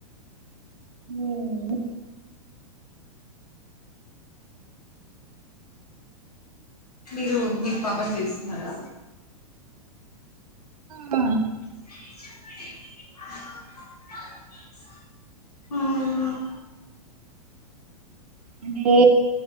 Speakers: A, on the right; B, on the left.
A: ఉమ్ హ్
B: మిరూ మి పపని తీస్తున్నారా?
A: పపా
B: ఔను
A: అంటే